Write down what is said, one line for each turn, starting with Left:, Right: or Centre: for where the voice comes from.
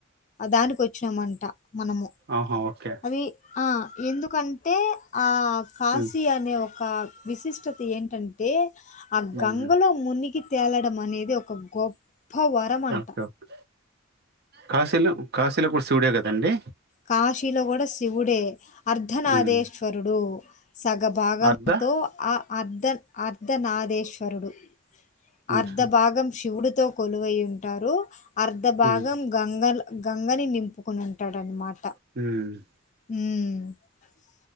Left: దానికి వచ్చినామంట మనము
Right: ఆహా, ఓకే
Left: అది ఆ ఎందుకంటే ఆ కాశీ
Right: ఉమ్,
Left: అనే ఒక విశిష్టత ఏంటంటే ఆ గంగలో
Right: ఉమ్,
Left: ముని కి తేలడం అనేది ఒక గొప్ప అప్పా వరమంట
Right: ఓకే ఓకే. కాశీలో కాశీలో కూడా శివుడే కదండి
Left: కాశీలో కూడ శివుడే అర్ధనాదేశ్వరుడు
Right: ఉమ్,
Left: సగభాగంతో
Right: అర్ధ
Left: ఆ అర్ధన్ అర్ధనాదేశ్వరుడు
Right: ఉమ్,
Left: అర్ధభాగం శివుడు తో కొలువై ఉంటారు అర్ధభాగం
Right: ఉమ్,
Left: గంగల్ గంగని నింపుకొని ఉంటాడనిమాట
Right: మ్మ్
Left: మ్మ్